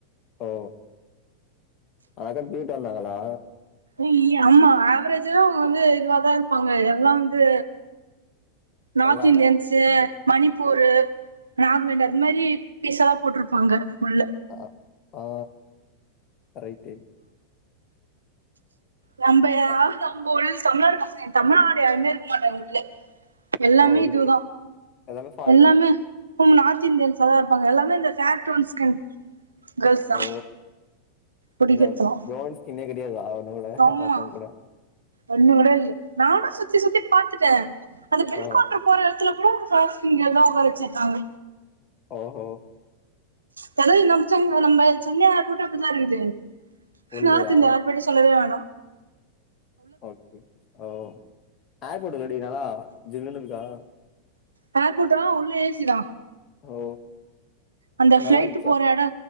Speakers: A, on the left; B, on the right.
A: ஓ அதா போய்டு வந்தாங்களா
B: இ ஆமா ஆவரேஜா அவங்க வந்து இதுவதா இருப்பாங்க எல்லா வந்து நாத்
A: எல்லாமே
B: இந்தியன்ஸு
A: உ
B: மணிப்பூரு நாக்மெண்டா அது மாரி பீ பீசாதா போட்ருப்பாங்க உள்ள
A: ஆ ஆ ரைட்டு
B: நம்ப யாரு
A: அ
B: தம் போலீஸ் நம்ம தமிழ்நாடு பசங்க தமிழ்நாடு யாருமே இருக்க மாட்டாங்க உள்ள எல்லாமே
A: ஓ
B: இதுதா
A: இல்ல எல்லாமே ஃபாரின்
B: எல்லாமே நார்த் இந்தியன்ஸ் ஆ தா இருப்பாங்க எல்லாமே அந்த ஃபேர் டோன் ஸ்கின் கேர்ள்ஸ் தா
A: ஓ
B: புடிக்கறதுலா
A: அந்த பிரவுன் ஸ்கின்னே கெ டையாதா ஒன்னு கூட
B: ஆமா
A: ஒருத்தவந்க கூட
B: ஒண்ணு கூட இல்ல நானு சுத்தி சுத்தி பாத்துட்டே அந்த ஹெலிகாப்டர்
A: ஓ
B: போற எடத்துல கூட <unintelligible> உக்கார வெச்சிருக்காங்க
A: ஓஹோ
B: கதவ நம்பபுச்ங்க நம்ப சென்னை கூட்ட அப்டிதா இருக்குது
A: ஒல்லியா
B: நார்த் இந்தியா ஏர்போடு சொல்லவே வேனா
A: ஓகே ஓ <unintelligible> நல்லா ஜில்லுனு இருக்கா
B: ஹேர்போட்டா உள்ள ஏசி தா
A: ஓ
B: அந்த
A: நல்லா
B: பிளைட்டு
A: இருந்துச்சா
B: போற எடோ